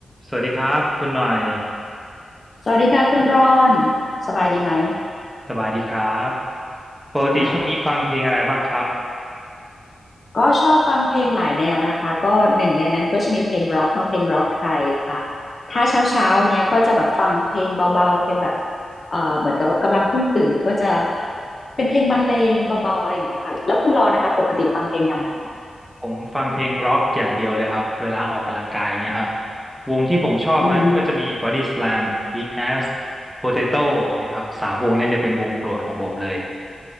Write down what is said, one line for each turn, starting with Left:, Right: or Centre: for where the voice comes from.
Centre: สวัสดีครับคุณหน่อย
Left: สวัสดีค่ะคุณรอนสบายดีไหม
Centre: สบายดีครับปกติช่วงนี้ฟังเพลงอะไรบ้างครับ
Left: ค่ะก็ชอบฟังเพลงหลายแนวนะคะก็หนึ่งในนั้นก็จะมีเพลงร็อกเนาะเพลงร็อกไทยค่ะถ้าเช้าเช้าเนี้ยก็จะแบบฟังเพลงเบาๆเป็นแบบเอ่อเหมือนกับแบบกำลังเพิ่งตื่นก็จะเป็นเพลงบรรเลงเบาๆอะไรอย่างเงี้ยค่ะแล้วคุณรอนนะคะปกติฟังเพลงแนวไหนอะคะ
Centre: ผมฟังเพลงร็อกอย่างเดียวเลยครับเวลาออกกำลังกายเงี้ยฮะวงที่ผมชอบนะก็จะมี
Left: อืม
Centre: Body Slam, Big Ass, Potato เนะครับสามวงเนี้จะเป็นวงโปรดของผมเลย